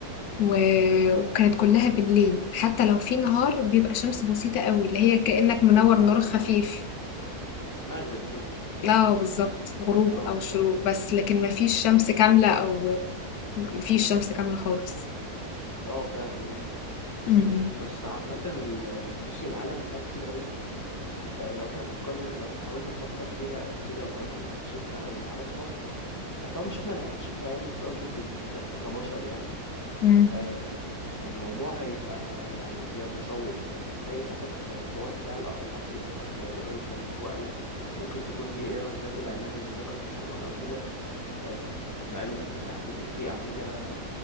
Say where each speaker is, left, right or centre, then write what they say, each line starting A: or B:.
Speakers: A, on the left; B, on the left.
A: و-
B: م.
A: وكانت كلها بالليل حتى لو في نهار بيبقى شمس بسيطة قوي اللي هي كأنك
B: بتبقى
A: منور نور خفيف
B: اه مغرب كده
A: لا بالظبط غروب
B: اه
A: او شروق
B: اه
A: بس لكن مفيش شمس
B: م.
A: كاملة او مفيش شمس كاملة خالص
B: اه فعلا ممكن
A: م- م.
B: بس عامة ال- بصي العالم في حاجات كتير قوي آه، لو احنا فكرنا لو احنا حاولنا نفكر فيها او كده وحاولنا نكتشفها او نعرفها آه، طبعا مش احنا اللي هنكتشفها يعني بس اقصد ال- احنا كبشر يعني
A: مم.
B: آه، والموضوع هيبقى يعني بيبقى مشوق لما تلاقي مثلا زي الحوار بتاع الاهرامات اللي ظهر آه، قريب ده اللي هو قال لك ممكن تكون دي اهرام ذات العماد اللي اتذكرت في القرآن او كده آه، لما قالوا ممكن تحت يكون في أعمدة